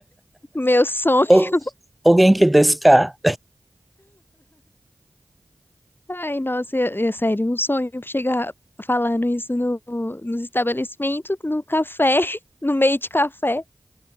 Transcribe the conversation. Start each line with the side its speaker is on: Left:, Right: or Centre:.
Left: meu sonho.
Centre: Ou, alguém que desca.
Left: Ai, nossa, é, é sério, um sonho chegar falando isso no, nos estabelecimentos, no café, <laughs> no meio de café.